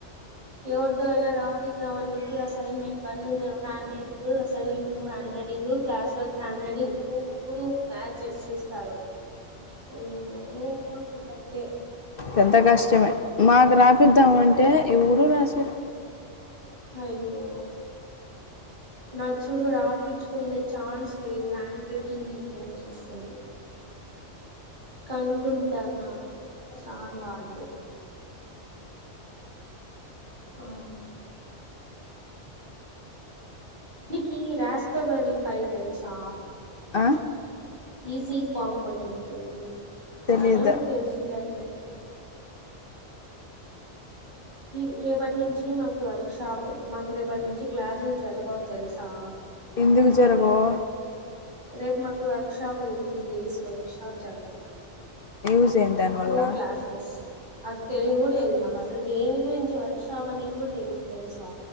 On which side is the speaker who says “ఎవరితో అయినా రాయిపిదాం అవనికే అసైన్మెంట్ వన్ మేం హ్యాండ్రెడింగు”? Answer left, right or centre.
Right